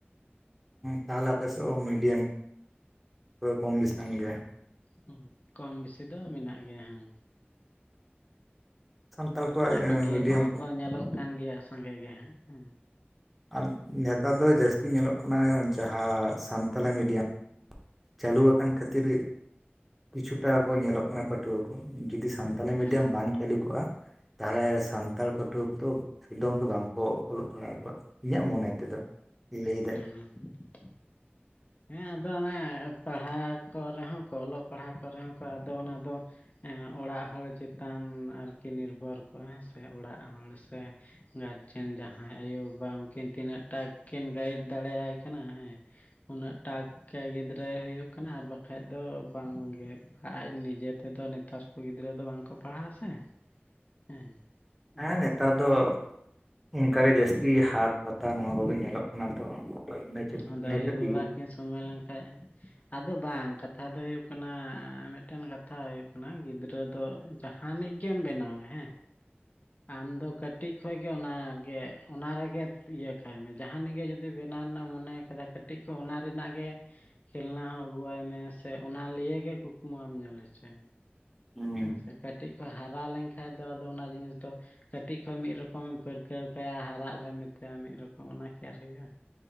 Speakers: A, in the centre; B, on the left.
A: ᱛᱟᱦᱚᱞᱮ ᱟᱯᱮ ᱥᱮᱜ ᱦᱚ ᱢᱤᱰᱤᱭᱟᱢ ᱠᱚᱢ ᱵᱤᱥᱤ ᱠᱟᱱ ᱜᱮᱭᱟ
B: ᱦᱩᱸ ᱠᱚᱢ ᱵᱮᱥᱤ ᱫᱚ ᱢᱮᱱᱟᱜ ᱜᱮᱭᱟ᱾ ᱦᱩᱸ
A: ᱥᱟᱱᱛᱟᱲ ᱠᱚ ᱠᱚᱣᱟᱜ
B: ᱟᱨ ᱯᱟᱹᱴᱷᱣᱟᱹ
A: ᱢᱤᱰᱤᱭᱟᱢ
B: ᱠᱚᱦᱚᱸ ᱠᱚ ᱧᱮᱞᱚᱜ ᱠᱟᱱ ᱜᱮᱭᱟ ᱥᱟᱸᱜᱮ ᱜᱮ ᱦᱟᱸᱜ ᱦᱮ
A: ᱟᱨ ᱱᱮᱛᱟᱨ ᱫᱚ ᱡᱟᱹᱥᱛᱤ ᱧᱮᱞᱚᱜ ᱠᱟᱱᱟ ᱡᱟᱦᱟ ᱥᱟᱱᱛᱟᱞᱤ ᱢᱤᱰᱤᱭᱟᱢ ᱪᱟᱹᱞᱩᱣᱟᱠᱟᱱ ᱠᱷᱟᱹᱛᱤᱨ ᱠᱤᱪᱷᱩᱴᱟ ᱠᱚ ᱧᱮᱞᱚᱜ ᱠᱟᱱᱟ ᱯᱟᱹᱴᱷᱩᱣᱟᱹ ᱠᱚ ᱡᱩᱫᱤ ᱥᱟᱱ ᱥᱟᱱᱛᱟᱞᱤ
B: ᱦᱮᱸ
A: ᱢᱤᱰᱤᱭᱟᱢ ᱵᱟᱝ ᱪᱟᱹᱞᱩ ᱠᱚᱜ-ᱟ ᱛᱟᱦᱮᱞᱮ ᱥᱟᱱᱛᱟᱲ ᱯᱟᱹᱴᱷᱩᱣᱟᱹ ᱠᱚᱫᱚ ᱮᱠᱫᱚᱢ ᱜᱮ ᱵᱟᱝᱠᱚ ᱚᱞᱚᱜ ᱯᱟᱲᱦᱟᱣ ᱠᱚᱣᱟ ᱤᱧᱟᱹᱜ ᱢᱚᱱᱮ ᱛᱮᱫᱚ ᱞᱟᱹᱭ ᱫᱟᱭ
B: ᱦᱩ ᱦᱮᱸ ᱟᱫᱚ ᱚᱱᱮ ᱯᱟᱲᱦᱟᱣ ᱠᱚᱜ ᱨᱮᱦᱚᱸ ᱠᱚ ᱚᱞᱚᱜ ᱯᱟᱲᱦᱟᱣ ᱠᱚᱨᱮ ᱦᱚᱸ ᱠᱚ ᱟᱫᱚ ᱚᱱᱟ ᱫᱚ ᱚᱲᱟᱜ ᱦᱚᱲ ᱪᱮᱛᱟᱱ ᱟᱨᱠᱤ ᱱᱤᱨᱵᱷᱚᱨ ᱠᱚᱜ-ᱟ ᱦᱮᱸ ᱥᱮ ᱚᱲᱟᱜ ᱦᱚᱲ ᱥᱮ ᱜᱟᱨᱡᱮᱱ ᱡᱟᱸᱦᱟᱭ ᱟᱭᱳ ᱵᱟᱵᱟ ᱩᱱᱠᱤᱱ ᱛᱤᱱᱟᱹᱜ ᱴᱟ ᱠᱤᱱ ᱜᱟᱭᱤᱰ ᱫᱟᱲᱮᱭᱟᱭ ᱠᱟᱱᱟ ᱦᱮᱸ ᱩᱱᱟᱹᱜ ᱴᱟᱠ ᱜᱮ ᱜᱤᱫᱽᱨᱟᱹᱭ ᱦᱩᱭᱩᱜ ᱠᱟᱱᱟ ᱟᱨ ᱵᱟᱠᱷᱟᱡ ᱫᱚ ᱵᱟᱝ ᱜᱮ ᱟᱡ ᱱᱤᱡᱮ ᱛᱮᱫᱚ ᱱᱮᱛᱟᱨ ᱠᱚ ᱜᱤᱫᱽᱨᱟᱹ ᱫᱚ ᱵᱟᱝᱠᱚ ᱯᱟᱲᱦᱟᱜ ᱟᱥᱮ ᱦᱮᱸ
A: ᱦᱮᱸ
B: ᱟᱫᱚ
A: ᱱᱮᱛᱟᱨ ᱫᱚ ᱚᱱᱠᱟ ᱜᱮ ᱡᱟᱹᱥᱛᱤ ᱦᱟᱴ ᱯᱟᱛᱟ ᱱᱚᱣᱟ ᱠᱚᱜᱮ
B: ᱦᱩᱸ
A: ᱧᱮᱞᱚᱜ ᱠᱟᱱᱟ ᱛᱚ᱾ ᱱᱟᱹ ᱪᱮᱫ
B: ᱟᱫᱚ
A: ᱤᱱᱟᱹ
B: ᱟᱭᱳᱼᱵᱟᱵᱟ
A: ᱠᱷᱟᱹᱛᱤᱨ <unintelligible>
B: ᱠᱤᱱ ᱥᱚᱢᱚᱭ ᱞᱮᱱᱠᱷᱟᱡ ᱟᱫᱚ ᱵᱟᱝ ᱠᱟᱛᱷᱟ ᱫᱚ ᱦᱩᱭᱩᱜ ᱠᱟᱱᱟ ᱢᱤᱫᱴᱮᱱ ᱠᱟᱛᱷᱟ ᱦᱩᱭᱩᱜ ᱠᱟᱱᱟ ᱜᱤᱫᱽᱨᱟᱹ ᱫᱚ ᱡᱟᱦᱟᱱᱤᱡ ᱜᱮᱢ ᱵᱮᱱᱟᱣᱮ ᱦᱮ ᱟᱢ ᱫᱚ ᱠᱟᱹᱴᱤᱡ ᱠᱷᱚᱱ ᱜᱮ ᱚᱱᱟᱜᱮ ᱚᱱᱟ ᱨᱮᱜᱮ ᱤᱭᱟᱹ ᱠᱟᱭᱢᱮ ᱡᱟᱦᱟᱱᱤᱡ ᱜᱮ ᱡᱩᱫᱤ ᱵᱮᱱᱟᱣ ᱨᱮᱱᱟᱜ ᱢᱚᱱᱮ ᱠᱟᱫᱟ ᱠᱟᱹᱴᱤᱡ ᱠᱷᱚᱡ ᱚᱱᱟ ᱨᱮᱱᱟᱜ ᱜᱮ ᱠᱷᱮᱞᱱᱟ ᱦᱚᱸ ᱟᱹᱜᱩ ᱟᱭ ᱢᱮ ᱥᱮ ᱚᱱᱟ ᱞᱤᱭᱮ ᱜᱮ ᱠᱩᱠᱢᱩ ᱟᱢ ᱧᱮᱞ ᱦᱚᱪᱚᱭᱮᱢ
A: ᱦᱩᱸ
B: ᱦᱮᱸ ᱥᱮ ᱠᱟᱹᱴᱤᱡ ᱠᱷᱚᱡ ᱦᱟᱨᱟ ᱞᱮᱱᱠᱷᱟᱡ ᱫᱚ ᱟᱫᱚ ᱚᱱᱟ ᱡᱤᱱᱤᱥ ᱫᱚ ᱠᱟᱹᱴᱤᱡ ᱠᱷᱚᱡ ᱢᱤᱫ ᱨᱚᱠᱚᱢ ᱯᱟᱹᱨᱠᱟᱹᱣ ᱠᱟᱭᱟ ᱦᱟᱨᱟᱜ ᱨᱮᱢ ᱢᱮᱛᱟᱭᱟ ᱢᱤᱫ ᱨᱚᱠᱚᱢ ᱚᱱᱟ ᱠᱤ ᱟᱨ ᱦᱩᱭᱩᱜ-ᱟ᱾